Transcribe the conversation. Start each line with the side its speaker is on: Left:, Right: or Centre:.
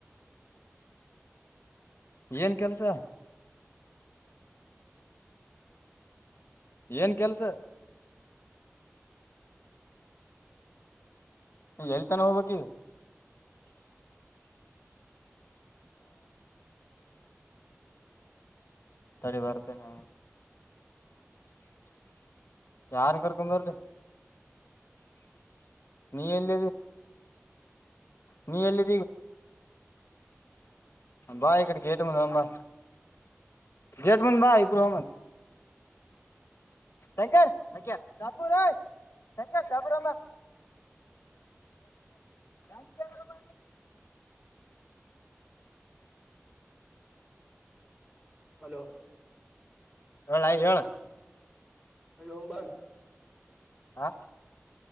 Left: ಏನ್ ಕೆಲ್ಸ ಏನ್ ಕೆಲ್ಸ ಎಳ್ತಾನ ಹೋಗ್ಬೇಕ ತಡೆ ಬರ್ತೆೇನೆ ಯಾರ್ ಕರ್ಕೊ ಬರ್ಲಿ ನೀ ಎಲ್ಲ ನೀ ಎಲ್ಲಿ ಬಾ ಈಕಡೆ ಗೇಟ ಮು ಗೇಟ್ಮಂದ ಬ ಇಬ್ರೂಹ ಶಕ ಚಪ ಶ ಚಪೂರ ರ ಆರಮ
Right: ಹಲೋ
Left: ಹ ಹೇಳಣ
Right: ಅ ಮ ಬನ್
Left: ಹಾ